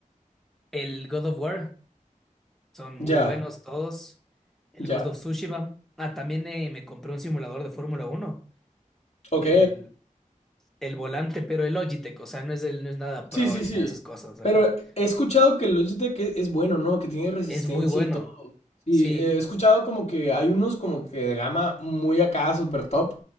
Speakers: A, in the centre; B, on the left (about 50°).
A: El God of War, son
B: Ya,
A: muy buenos todos. El
B: ya.
A: Ghost of Tsushima. Ah, también eh, me compré un simulador de Fórmula Uno.
B: Ok.
A: El, el volante, pero el Logitech, o sea, no es, el, no es nada
B: Sí,
A: pro
B: sí,
A: ni
B: sí.
A: nada de esas cosas,
B: Pero
A: ajá.
B: he escuchado que el Logitech es es bueno, ¿no? Que tiene resistencia
A: Es muy bueno.
B: y Sí,
A: Sí,
B: he escuchado como que hay unos como que de gama muy acá, super top,